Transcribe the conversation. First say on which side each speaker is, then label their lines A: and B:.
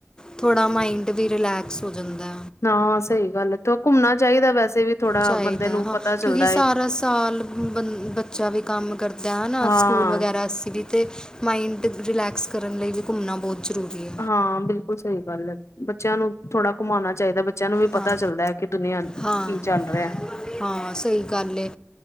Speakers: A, on the left (about 15°); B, on the left (about 85°).
A: ਥੋੜਾ ਮਾਈੰਡ ਵੀ ਰਿਲੈਕਸ ਹੋ ਜਾਦਾ
B: ਹਾ ਸਹੀ ਗੱਲ ਏ। ਘੁੰਮਣਾ ਚਾਹੀਦਾ ਵੈਸੇ ਵੀ ਥੋੜਾ
A: ਚਾਹੀਦਾ
B: ਬੰਦੇ ਨੂੰ
A: ਹਾਂ
B: ਪਤਾ ਚੱਲਦਾ
A: ਕਿਉਂਕਿ ਸਾਰਾ
B: ਹੈ।
A: ਸਾਲ ਬੰ- ਬੱਚਾ ਵੀ ਕੰਮ ਕਰਦਾ ਹਨਾ
B: ਹਾਂ
A: ਸਕੂਲ ਵਗੈਰਾ ਅਸੀ ਵੀ ਤੇ ਮਾਇੰਡ ਰਿਲੈਕਸ ਕਰਨ ਲਈ ਵੀ ਘੁੰਮਣਾ ਬਹੁਤ ਜ਼ਰੂਰੀ ਹੈ।
B: ਹਾਂ ਬਿਲਕੁਲ ਸਹੀ ਗੱਲ ਹੈ ਬੱਚਿਆਂ ਨੂੰ ਥੋੜਾ ਘੁਮਾਉਣਾ ਚਾਹੀਦਾ ਬੱਚਿਆਂ ਨੂੰ ਵੀ ਪਤਾ
A: ਹਾਂ
B: ਚੱਲਦਾ ਹੈ। ਕਿ ਦੁਨੀਆਂ ਕੀ
A: ਹਾਂ
B: ਚੱਲ ਰਿਹਾ।
A: ਹਾਂ ਸਹੀ ਗੱਲ